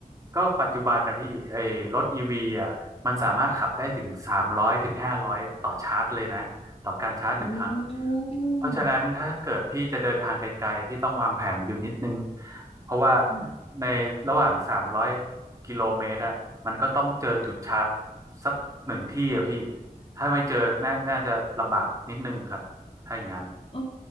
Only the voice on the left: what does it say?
โอ้อ
ืม
โอ้